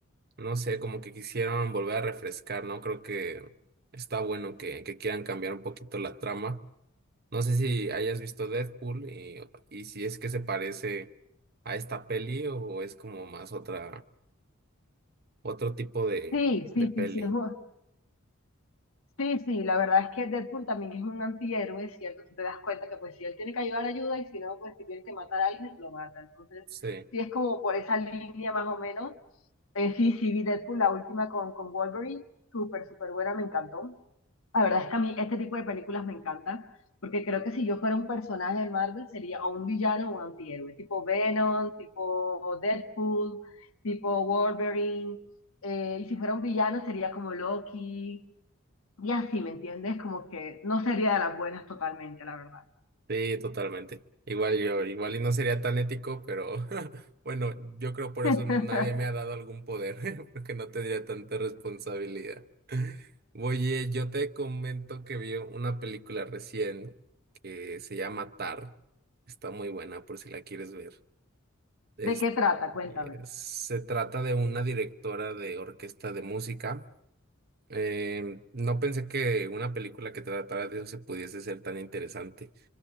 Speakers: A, on the right; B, on the left.
A: no sé, como que quisieron volver a refrescar, ¿no? Creo que está bueno que, que quieran cambiar un poquito la trama. No sé si hayas visto Deadpool y, y si es que se parece a esta peli o es como más otra, otro tipo de,
B: Sí, sí,
A: de peli.
B: sí, sí, es mu- sí, sí, la verdad es que Deadpool también es un antihéroe, ¿cierto? Tú te das cuenta que pues si él tiene que ayudar, ayuda, y si no, pues si tiene que matar a alguien, lo mata. Entonces,
A: Sí,
B: sí es como por esa línea más o menos Eh, sí, sí, vi Deadpool, la última con, con Wolverine, súper, súper buena, me encantó. La verdad es que a mí este tipo de películas me encantan, porque creo que si yo fuera un personaje de Marvel sería o un villano o un antihéroe, tipo Venom, tipo Deadpool, tipo Wolverine, eh, y si fuera un villano sería como Loki, y así, ¿me entiendes? Como que no sería de las buenas totalmente, la verdad.
A: sí, totalmente. Igual yo, igual y no sería tan ético, pero <laughs> bueno, yo creo por
B: <laughs>
A: eso nadie me ha dado algún poder, <laughs> porque no tendría tanta responsabilidad. Oye, yo te comento que vi una película recién que se llama Tar. Está muy buena por si la quieres ver. Es-
B: ¿De qué trata? Cuéntame.
A: eh, se trata de una directora de orquesta de música. Em, no pensé que una película que tratara de eso se pudiese ser tan interesante.